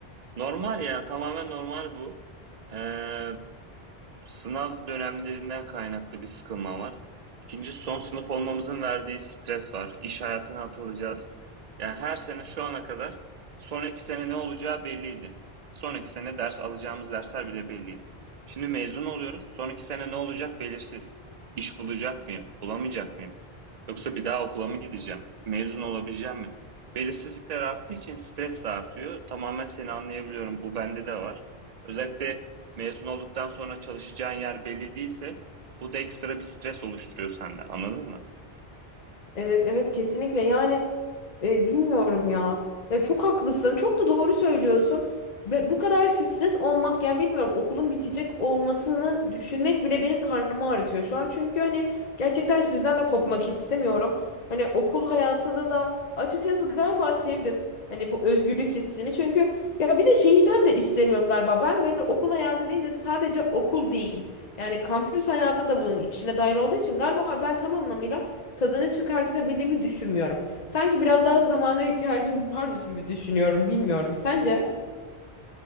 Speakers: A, on the right; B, on the left.
A: Normal ya, tamamen normal bu. Ee, Sınav dönemlerinden kaynaklı bir sıkılma var. İkinci son sınıf olmamızın verdiği stres var. İş hayatına atılacağız. Yani her sene şu ana kadar sonraki sene ne olacağı belliydi. Sonraki sene ders alacağımız dersler bile belliydi. Şimdi mezun oluyoruz. Sonraki sene ne olacak belirsiz. İş bulacak mıyım? Bulamayacak mıyım? Yoksa bir daha okula mı gideceğim? Mezun olabileceğim mi? Belirsizlikler arttığı için stres de artıyor. Tamamen seni anlayabiliyorum. Bu bende de var. Özellikle Mezun olduktan sonra çalışacağın yer belli değilse bu da ekstra bir stres oluşturuyor sende. Anladın mı?
B: Evet evet kesinlikle yani e, bilmiyorum ya. Ya çok haklısın. Çok da doğru söylüyorsun. Ve bu kadar stres olmak yani bilmiyorum okulun bitecek olmasını düşünmek bile benim karnımı ağrıtıyor şu an. Çünkü hani gerçekten sizden de kopmak istemiyorum. Hani okul hayatını da açıkçası galiba sevdim. Hani bu özgürlük hissini. Çünkü ya bir de şeyden de istemiyorum galiba. Ben böyle okul hayatı deyince sadece okul değil. Yani kampüs hayatı da bunun içine dahil olduğu için galiba ben tam anlamıyla tadını çıkartabildiğimi düşünmüyorum. Sanki biraz daha zamana ihtiyacım varmış gibi düşünüyorum. Bilmiyorum. Sence?